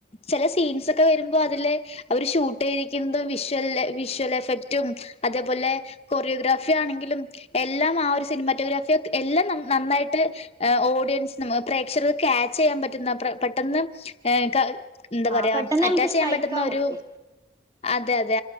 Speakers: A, on the left; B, on the right.
A: ചില സീൻസ്ക്കെ വരുമ്പോ അതില് അവര് ഷൂട്ട്. <unintelligible> വിഷ്വൽ വിഷ്വൽ എഫ്ഫക്ട്ടും അതേപോലെ കൊറിയോ ഗ്രാഫിയആണെങ്കിലും. എ എല്ല മാ സിനിമ റ്റൊഗ്ര ഫി എല്ലാ നന്നായിട്ട് ഒടിയൻസ് പ്രേഷകർ ക് കേ ചെയ്യാൻ പറ്റുന്ന പെട്ടെന്ന് ഏ കേ എന്താ
B: ആ
A: പറയാ
B: പെട്ടെന്ന് നമുക്ക്
A: അറ്റാച്ച്
B: സ്ട്രൈക്ക്
A: ചെയ്യാൻ പറ്റുന്ന
B: ആവും
A: ഒരു
B: ഒക്കെ
A: അതെ അതെ